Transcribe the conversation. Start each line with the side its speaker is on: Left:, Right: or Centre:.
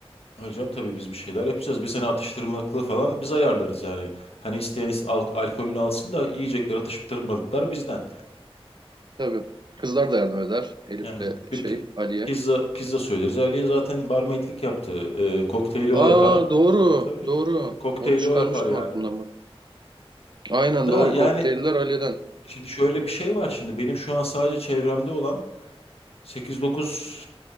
Left: Hocam tabii biz bir şeyler yapacağız. Bir sene atıştırmalıklı falan biz ayarlarız yani. Hani isteyen is- al- alkolünü alsın da yiyecekler atıştırmalıklar bizden.
Right: Tabii. Kızlar da yardım eder. Elif'le
Left: Yani bir
Right: şey
Left: pi-
Right: Ali'ye.
Left: pizza pizza söyleriz. Aliye zaten barmaidlik yaptı. Ee, kokteyli o
Right: Aa
Left: yapar.
Right: doğru.
Left: E tabii
Right: Doğru.
Left: tabii kokteyli
Right: Onu çıkarmıştım
Left: o yapar yani.
Right: aklımdan bak. Aynen
Left: Da
Right: doğru.
Left: yani
Right: Kokteyller Ali'den.
Left: şimdi şöyle bir şey var şimdi benim şu an sadece çevremde olan sekiz dokuz